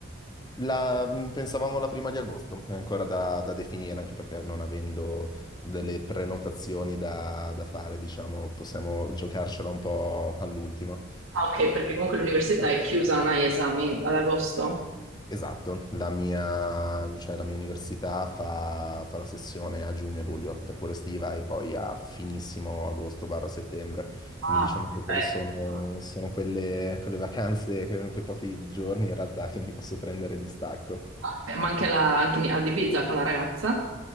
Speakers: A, on the left (about 20°); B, on the right (about 85°).
A: La, mh, pensavamo la prima di agosto, è ancora da, da definire, anche perché non avendo delle prenotazioni da, da fare, diciamo, possiamo giocarcela un po' all'ultimo.
B: Ah, ok, perché comunque l'università è chiusa, non hai esami ad agosto.
A: Esatto, la mia, cioè, la mia università fa, fa la sessione a giugno e luglio, per quella estiva, e poi a finissimo agosto barra settembre.
B: Ah,
A: Quindi diciamo che quelle
B: perfetto.
A: sono, sono quelle, quelle vacanze, que- quei pochi giorni in realtà che mi posso prendere di stacco.
B: Ok, Ma anche, la, anche in- ad Ibiza con la ragazza?